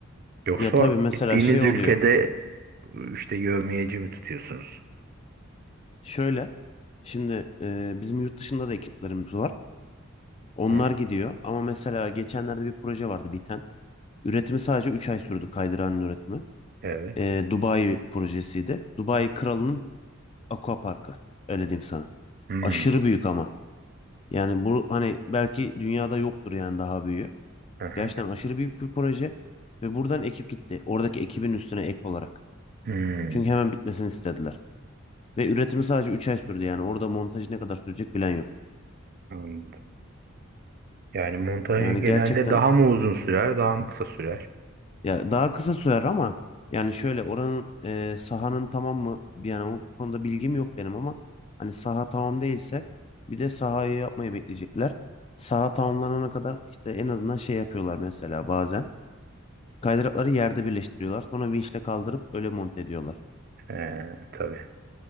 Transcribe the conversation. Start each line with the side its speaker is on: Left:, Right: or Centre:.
Right: Yoksa
Left: Ya tabii mesela
Right: gittiğiniz
Left: şey oluyor.
Right: ülkede e, işte yevmiyeci mi tutuyorsunuz?
Left: Şöyle şimdi e, bizim yurt dışında da ekiplerimiz var. Onlar
Right: Hı,
Left: gidiyor ama mesela geçenlerde bir proje vardı biten. Üretimi sadece 3 ay sürdü kaydıranın üretimi.
Right: evet.
Left: E, Dubai projesiydi. Dubai Kralı'nın Aqua Parkı. Öyle diyeyim sana.
Right: Hmm,
Left: Aşırı büyük ama. Yani bu hani belki dünyada yoktur yani daha büyüğü.
Right: aha.
Left: Gerçekten aşırı büyük bir proje ve buradan ekip gitti. Oradaki ekibin üstüne ek olarak.
Right: Hmm,
Left: Çünkü hemen bitmesini istediler. Ve üretimi sadece 3 ay sürdü yani. Orada montajı ne kadar sürecek bilen yok.
Right: anladım. Yani montajı
Left: Yani
Right: genelde
Left: gerçekten
Right: daha mı uzun sürer, daha mı kısa sürer?
Left: ya daha kısa sürer ama yani şöyle oranın e, sahanın tamam mı? Yani o konuda bilgim yok benim ama hani saha tamam değilse bir de sahayı yapmayı bekleyecekler. Saha tamamlanana kadar işte en azından şey yapıyorlar mesela bazen. Kaydırakları yerde birleştiriyorlar. Sonra vinçle kaldırıp öyle monte ediyorlar.
Right: Ee, tabii.